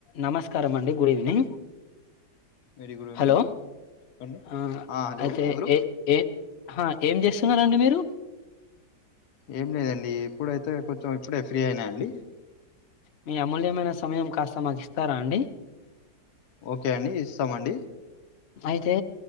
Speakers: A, on the left; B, on the left.
A: నమస్కారం అండి good evening
B: hello very good evening
A: hello
B: చెప్పండి
A: ఆ
B: హలో
A: అయితే
B: ఎవరు
A: ఎ ఎ ఏం చేస్తున్న రండి మీరు.
B: ఏం లేదండి ఇప్పుడైతే కొంచెం ఇప్పుడే ఫ్రీ అయినా అండి.
A: మీ అమూల్యమైన సమయం కాస్త మాకు ఇస్తారా అండి.
B: ఓకే అండి ఇస్తాము అండి.
A: అయితే